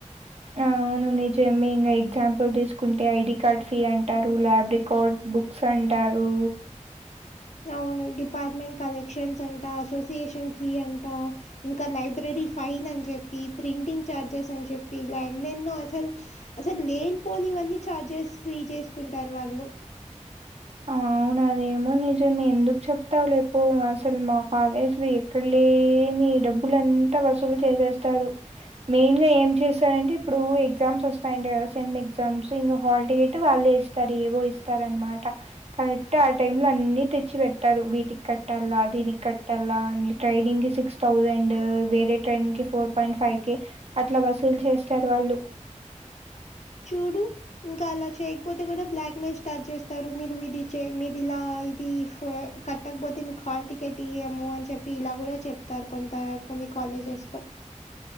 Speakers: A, on the right (about 55°); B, on the left (about 65°).
A: ఆ అవును నిజేమ ఇంకా ఎగ్జాంపుల్ తీసుకుంటే ఐడి కార్డ్ ఫీ అంటారు ల్యాబ్ రికార్డ్ బుక్స్ అంటారు
B: అవును డిపార్మెంట్ కలెక్షన్స్ అంటా అసోసియేషన్ ఫీ అంటా ఇంకా లైబ్రరీ ఫైన్ అని చెప్పి ప్రింటింగ్ ఛార్జెస్ అని చెప్పి ఇలా ఎన్నెన్నో అసల్ అసల్ లేని పోనివన్నీ చార్జెస్ ఫ్రీ చేసుకుంటారు వాళ్ళు
A: ఆ! అవును అదేమో నిజమే ఎందుకు చెప్తావు లే పో అసలు మా కాలేజీలో ఎ క్కడ లేని డబ్బులంతా వసూలు చేసేస్తారు మెయిన్ గా ఏం చేశా అంటే ఇప్పుడు ఎగ్జామ్స్ వస్తాయింట గదా సెమ్ ఎగ్జామ్స్ ఇంకా హాల్ టికెట్ వాళ్ళే వి కడెవో ఇస్తారు అన్నమాట కరెక్ట్ ఆ టైమ్ లో అన్ని తెచ్చి పెడతారు వీటికి కట్టాల దీనికి కట్టాలా అని ట్రైనింగ్ సిక్స్ థౌజండ్ వేరే ట్రైన్ కి ఫోర్ పాయింట్ ఫైవ్ కె అట్ల వసూలు చేస్తారు వాళ్ళు
B: చూడు ఇంకా అలా చేయకపోతే కూడా బ్లాక్ మెయిల్ స్టార్ట్ చేస్తారు మీరు ఇది చే మీరు ఇలా ఇది ఫ కట్టకపోతే మీకు హల్ టికెట్ ఇయ్యము అని చెప్పి ఇలా కూడా చెప్తారు కొంత కొన్ని కాలేజెస్ లో